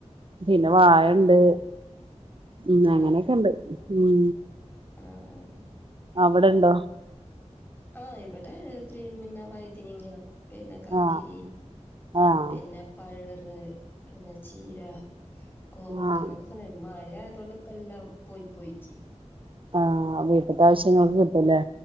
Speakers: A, on the right (about 45°); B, on the left (about 20°).
A: പിന്നെ വാഴണ്ട്
B: ആ
A: ഉം അങ്ങനെക്കെ
B: ആഹ്
A: ഉണ്ട് ഉം
B: ആഹ്
A: അവിടൊണ്ടോ
B: ആ ഇവിടെത്രേം പിന്നെ വൈതനിങ്ങ പിന്നെ കക്കിരി
A: ആഹ് ആഹ്
B: പിന്നെ പയറ് പിന്നെ ചീര കോവക്ക
A: ആഹ്
B: അങ്ങനത്തെ സമയം മഴ ആയതുകൊണ്ട് പ്പല്ലാം പോയി പോയിക്ക്
A: ആഹ് വീട്ടത്തെ ആവശ്യങ്ങൾക്ക് കിട്ടൂലേ